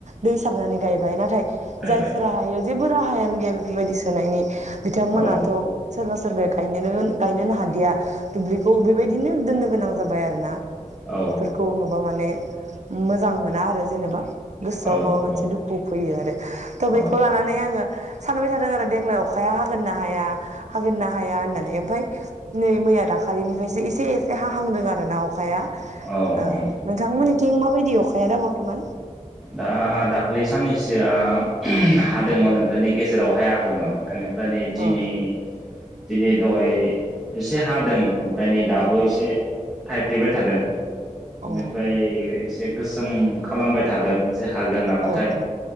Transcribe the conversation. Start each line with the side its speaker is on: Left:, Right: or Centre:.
Right: दै सारनानै गायबाय नाथाय
Centre: जाहैबाय
Right: जायफोरा हायो जेबो राहायानो गैया बेफोरबायदि सोनायनि बिथांमोनाथ'
Centre: औ
Right: सोरबा सोर सोरबाया गायनो गोन गायनोनो हादिया। दुब्लिखौ बेबायदिनो दोननो गोनां जाबाय आरो ना।
Centre: औ
Right: बेफोरखौ नुबा माने मोजां मोना आरो जेनेबा गोसोआव
Centre: औ
Right: माबा मोनसे दुखु फैयो आरो थ बेखौ
Centre: औ
Right: लानानै आङो सानबाय थादों आरो देग्लाय अखाया हागोन ना हाया हागोन ना हाया होननानै एमफाय नै मैया दाखालिनिफ्रायसो एसे एसे हाहांदों आरो ना अखाया ओ
Centre: औ
Right: नोंथांमोननिथिं माबायदि अखा हायाना बरथमान
Centre: दा दाखलैसो साननैसोआ हादोंमोन ओमफ्रायनो गेजेराव हायाखैमोन एनेब माने दिनै
Right: अ
Centre: दिनै दहाय एसे हादों ओमफ्राय नै दाबो एसे थाइफ्रिबाय थादों। बेनिफ्राय
Right: अ औ
Centre: एसे गोस जोंम खालामबाय थादों। एसे हागोन नामाथाय
Right: औ औ औ